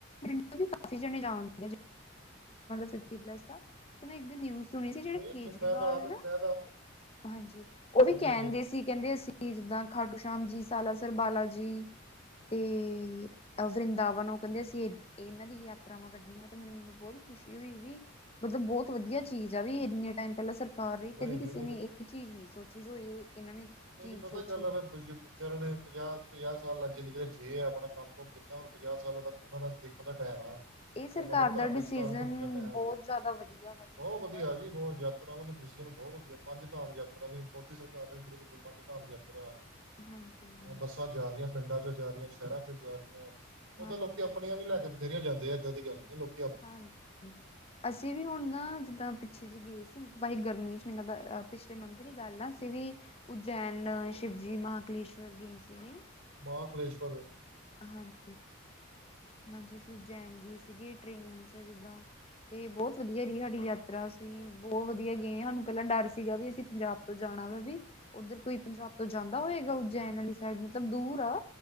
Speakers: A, on the left; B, on the right.
A: ਪਿੰਡ ਤੋਂ ਵੀ ਕਾਫੀ ਜਣੇ ਜਾ ਰਹੇ। ਫਿਫਟੀ ਪਲੱਸ ਦਾ, ਮੈਂ ਇੱਕ ਦਿਨ ਨਿਊਜ਼ ਸੁਣੀ ਸੀ ਜਿਹੜੇ
B: ਨਹੀਂ
A: ਕੇਜਰੀਵਾਲ
B: ਜ ਮੈਂ ਤਾਂ,
A: ਹੈ ਨਾ
B: ਮੈਂ ਤਾਂ
A: ਹਾਂਜੀ, ਉਹ ਵੀ
B: ਹਾਂਜੀ
A: ਕਹਿਣਦੇ
B: ਹਾਂਜੀ ਹਾਂਜੀ
A: ਸੀ ਕਹਿੰਦੇ ਅਸੀਂ ਜਿੱਦਾਂ ਖਾਟੂ ਸ਼ਾਮ ਜੀ, ਸਾਲਾ ਸਰ ਬਾਲਾ ਜੀ ਤੇ ਵਰਿੰਦਾਵਨ, ਉਹ ਕਹਿੰਦੇ ਅਸੀਂ ਇਹਨਾਂ ਦੀ ਯਾਤਰਾਵਾਂ ਕੱਢਣੀਆਂ। ਮੈਨੂੰ ਮਨੂੰ ਬਹੁਤ ਖੁਸ਼ੀ ਹੋਈ ਵੀ, ਮਤਲਬ ਬਹੁਤ ਵਧੀਆ ਚੀਜ਼ ਆ ਵੀ ਇੰਨੇ ਟਾਈਮ ਪਹਿਲਾਂ ਸਰ ਕਰ ਰਹੀ
B: ਨਹੀਂ
A: ਕਦੀ ਕਿਸੇ
B: ਨਹੀਂ ਨਹੀਂ
A: ਨੇ ਇਹ ਚੀਜ਼ ਨਹੀਂ ਸੋਚੀ ਜੋ ਇਹ ਇਹਨਾਂ ਨੇ
B: ਨਹੀਂ-
A: ਚੀਜ਼
B: ਨਹੀਂ, ਪਤਾ
A: ਸੋਚੀ
B: ਗੱਲ ਆ
A: ਹੈ
B: ਚਰਨ ਪੰਜਾਬ ਪੰਜਾਹ ਸਾਲ ਲੱਜਦ ਜੇ ਆਪਣਾ ਕੰਮ ਕੁਮ ਕੀਤਾ, ਹੁਣ ਪੰਜਾਹ ਸਾਲਾਂ ਦਾ ਉਹਨਾਂ ਦਾ ਦੇਖਣ ਦਾ ਟਾਈਮ ਆ
A: ਇਹ ਸਰਕਾਰ
B: ਮਤਲਬ ਧਾਰਮਿਕ
A: ਦਾ ਡਿਸੀਜ਼ਨ
B: ਸਥਾਨ ਘੁੰਮਣ ਦਾ ਟਾਈਮ
A: ਬਹੁਤ ਜ਼ਿਆਦਾ ਵਧੀਆ ਵਾ ਮੈਨੂੰ
B: ਬਹੁਤ
A: ਲੱਗਾ
B: ਵਧੀਆ ਜੀ, ਬਹੁਤ ਯਾਤਰਾਵਾਂ ਦਾ ਡਸੀ ਬਹੁਤ ਵਧੀਆ ਪੰਜ -ਧਾਮ ਯਾਤਰਾ ਵੀ ਮੋਦੀ ਸਰ ਨੇ ਸ਼ੁਰੂ ਕੀਤੀ, ਪੰਜ ਧਾਮ ਯਾਤਰਾ
A: ਹਾਂਜੀ
B: ਬੱਸਾਂ ਜਾ ਰਹੀਆਂ ਪਿੰਡ ਪਿੰਡਾਂ ਚੋ ਜਾ ਰਹੀਆਂ, ਸ਼ਹਿਰਾਂ ਚੋ ਜਾ ਰਹੀਆਂ ਉਹ
A: ਹਾਂਜੀ
B: ਤਾਂ ਲੋਕੀ ਆਪਣੀਆਂ ਵੀ ਲੈ ਕੇ ਬਥੇਰੀਆਂ ਜਾਂਦੇ ਆ, ਏਦਾਂ ਦੀ ਗੱਲ ਨਹੀਂ ਹੈ ਲੋਕ
A: ਹਾਂਜੀ, ਅਸੀਂ ਵੀ ਹੁਣ ਨਾ ਜਿੱਦਾਂ ਪਿੱਛੇ ਜੇ ਗਏ ਸੀ ਮ ਭਾਈ ਗਰਮੀ ਚ ਮੈਨੂੰ ਲੱਗਦਾ, ਪਿਛਲੇ ਮੰਥ ਹੀ ਗੱਲ ਆ, ਅਸੀ ਵੀ ਉਜੈਨ, ਸ਼ਿਵਜੀ, ਮਹਕਲੇਸ਼ ਵਰ ਗਏ ਸੀ ਗੇ।
B: ਮਹਾਂਕਲੇਸ਼ਵਰ।
A: ਹਾਂਜੀ ਹਾਂਜੀ ਅਸੀਂ ਉਜਜੈਨਗੀ ਸੀਗੇ ਟ੍ਰੇਨ ਚ ਜਿੱਦਾਂ <unintelligible> ਤੇ ਬਹੁਤ ਵਧੀਆ ਸਾਡੀ ਯਾਤਰਾ ਅਸੀਂ ਬਹੁਤ ਵਧੀਆ ਗਏ ਸਾਨੂੰ ਪਹਿਲਾਂ ਡਰ ਸੀਗਾ ਵੀ ਅਸੀਂ ਪੰਜਾਬ ਤੋਂ ਜਾਣਾ ਵੀ ਉੱਧਰ ਕੋਈ ਪੰਜਾਬ ਤੋਂ ਜਾਂਦਾ ਹੋਏਗਾ ਉਜੈਨ ਵਾਲੀ ਸਾਈਡ ਮਤਲਬ ਦੂਰ ਆ